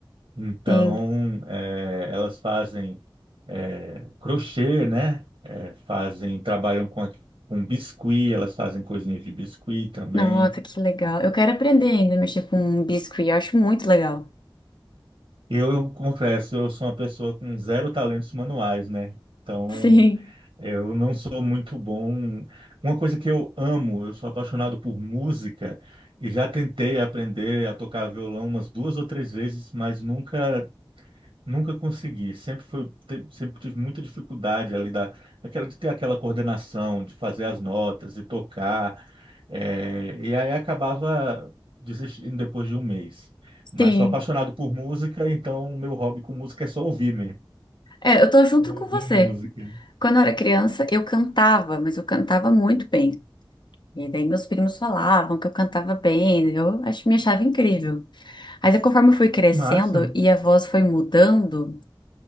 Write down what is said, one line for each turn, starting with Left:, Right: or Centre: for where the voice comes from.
Right: Então,
Left: Sim.
Right: é, elas fazem é, crochê, né? É, fazem, trabalham com, a- com biscuit, elas fazem coisinhas de biscuit também.
Left: Nossa, que legal. Eu quero aprender ainda a mexer com biscuit, eu acho muito legal.
Right: Eu, eu confesso, eu sou uma pessoa com zero talentos manuais, né? Então,
Left: Sim,
Right: eu não sou muito bom. Uma coisa que eu amo, eu sou apaixonado por música e já tentei aprender a tocar violão umas duas ou três vezes, mas nunca Nunca consegui, sempre foi, te- sempre tive muita dificuldade ali da, daquela, de ter aquela coordenação, de fazer as notas e tocar, é, e aí acabava desistindo depois de um mês. Mas
Left: sim.
Right: sou apaixonado por música, então o meu hobby com música é só ouvir mesmo,
Left: É, eu tô junto
Right: é
Left: com
Right: ouvir
Left: você.
Right: música.
Left: Quando eu era criança, eu cantava, mas eu cantava muito bem. E daí meus primos falavam que eu cantava bem, eu acho, me achava incrível. Mas aí conforme eu fui crescendo
Right: Massa.
Left: e a voz foi mudando,